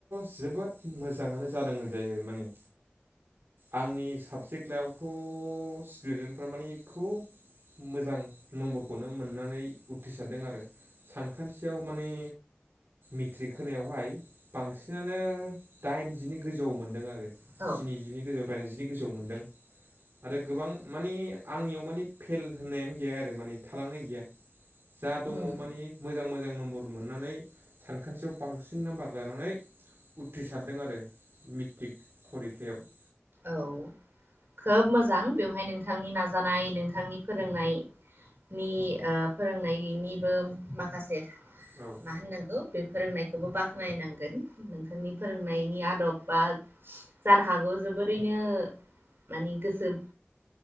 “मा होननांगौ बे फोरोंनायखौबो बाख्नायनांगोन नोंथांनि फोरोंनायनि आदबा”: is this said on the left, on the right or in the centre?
Right